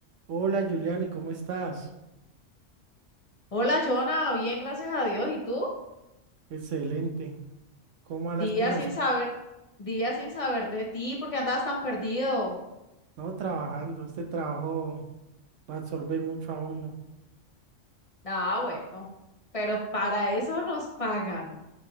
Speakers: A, on the right; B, on the left.
A: Hola Juliani, ¿cómo estás?
B: Hola, Jonah, bien, gracias a Dios. ¿Y tú?
A: Excelente. ¿Cómo van
B: Días
A: las cosas?
B: sin saber, días sin saber de ti, porque andabas tan perdido.
A: No, trabajando. Este trabajo lo absorbe mucho a uno.
B: Ah, bueno, pero para eso nos pagan.